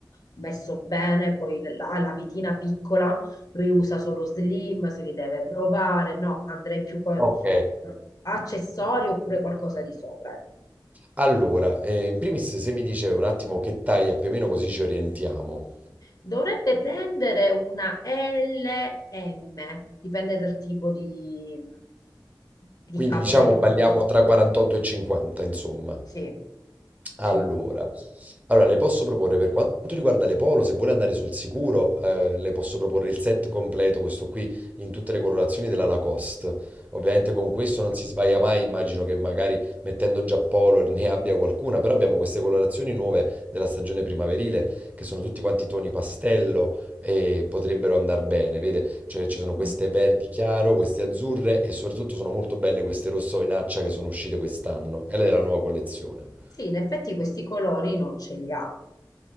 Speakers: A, on the left; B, on the right.
A: messo bene, poi la- ha la vitina piccola, lui usa solo slim, se li deve provare, no, andrei più co-
B: Ok,
A: accessori oppure qualcosa di sopra, ecco.
B: Allora, eh, in primis se mi dice un attimo che taglia più o meno così ci orientiamo.
A: Dovrebbe prendere una LM, dipende dal tipo di, di
B: Quindi
A: capo
B: diciamo
A: che mi
B: balliamo
A: propone.
B: tra 48 e 50, insomma.
A: Sì, sì.
B: Allora, allora, le posso proporre per quanto riguarda le polo, se vuole andare sul sicuro, eh, le posso proporre il set completo, questo qui, in tutte le colorazioni della Lacoste. Ovviamente con questo non si sbaglia mai, immagino che magari mettendo già polo ne abbia qualcuna, però abbiamo queste colorazioni nuove della stagione primaverile, che sono tutti quanti toni pastello e potrebbero andare bene, vede? Cioè, ci sono queste
A: Mm.
B: verdi chiaro, queste azzurre e soprattutto sono molto belle queste rosso vinaccia che sono uscite quest'anno, e lei è la nuova collezione.
A: Sì, in effetti questi colori non ce li ha.